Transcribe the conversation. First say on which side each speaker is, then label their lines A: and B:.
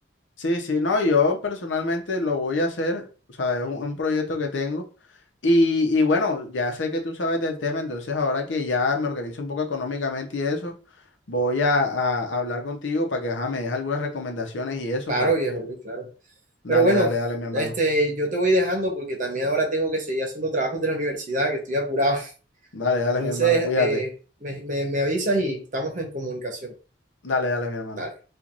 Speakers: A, on the left; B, on the right.
A: Sí, sí, no, yo personalmente lo voy a hacer, o sea, es un un proyecto que tengo. Y, y bueno, ya sé que tú sabes del tema, entonces ahora que ya me organizo un poco económicamente y eso, voy a, a- hablar contigo para que ajá, me des algunas recomendaciones y eso,
B: Claro,
A: pa
B: viejo Luis, claro.
A: Dale,
B: Pero bueno,
A: dale, dale, mi hermano.
B: este, yo te voy dejando porque también ahora tengo que seguir haciendo trabajos de la universidad, que estoy apurado.
A: Dale, dale,
B: Entonces,
A: mi hermano, cuídate.
B: eh, me, me me avisas y estamos en comunicación.
A: Dale, dale, mi hermano.
B: Dale.